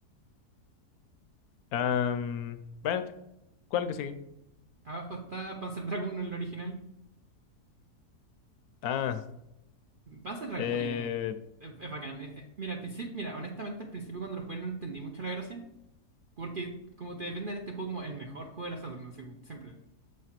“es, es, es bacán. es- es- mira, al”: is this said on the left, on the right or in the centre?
Right